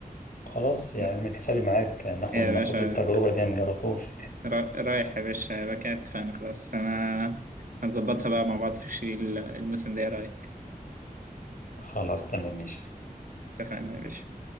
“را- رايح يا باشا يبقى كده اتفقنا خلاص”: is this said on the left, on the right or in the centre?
Right